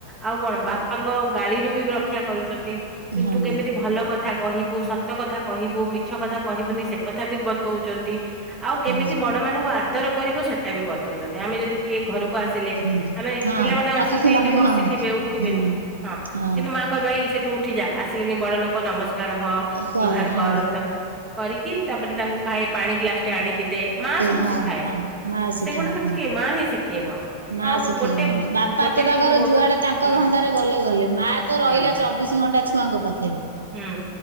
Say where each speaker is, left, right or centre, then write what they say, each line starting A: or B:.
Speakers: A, on the right; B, on the right.
A: ଆଉ କଣ ବାପାଙ୍କ ଗାଳିରୁ ବି ରକ୍ଷା କରୁଚନ୍ତି। ସେ
B: ହଁ
A: ତୁ କେମିତି ଭଲ କ କଥା କହିବୁ ସତ କଥା କହିବୁ ମିଛ କଥା କହିବୁନି ସେ କଥା ବି ବତଉଚନ୍ତି। ଆଉ କେମିତି
B: ହଁ।
A: ବଡମାନଙ୍କୁ ଆଦର କରିବ ସେଟାବି ବତଉଛନ୍ତି ଆମେ ଯଦି କିଏ ଘରକୁ ଆସିଲେ
B: ହୁଁ
A: ଆମେ
B: ହଁ
A: ପିଲାମାନେ ଅଛନ୍ତି
B: ଅତିଥି ମାନଙ୍କୁ
A: ଯେ ବସିଥିବେ
B: ହଁ
A: ଉଠିବେନି
B: ହୁଁ
A: ହଁ
B: ହଁ
A: କିନ୍ତୁ ମା କହିବ ଏଇ ସେଠୁ ଉଠିଯା ଆସିଲେଣି ବଡ ଲୋକ ନମସ୍କ କାର ରହ
B: କର
A: ଜୁହାର୍
B: ହଁ
A: କର୍ ତାଙ୍କୁ କରିକି ତାପରେ ତାଙ୍କୁ ଖାଇ ପାଣି ଗ୍ଲାସ୍ ଟାଣିକି ଦେ ମା ସବୁ
B: ହଁ
A: ଶିଖାଏ
B: ହଁ ମା ଶିଖାଏ
A: ସେଗୁଡା ସବୁ
B: ହଁ।
A: କିଏ ମା ହିଁ ଶିଖେଇବ ତ
B: ମା
A: ଆଉ
B: ଶିଖେଇ
A: ଗୋଟେ
B: ହଁ ବାପା
A: ଗୋଟେ
B: ତ ତାଙ୍କର
A: ପୁଅ
B: ଯୁଆଡେ ତାଙ୍କ
A: ହୁଁ
B: ଧନ୍ଦାରେ ଗଲେ ଗଲେ ମା ତ ରହିଲା
A: ହୁଁ
B: ଚ ଚବିଶ ଘଣ୍ଟା ଛୁଆଙ୍କ ପାଖରେ
A: ହୁଁ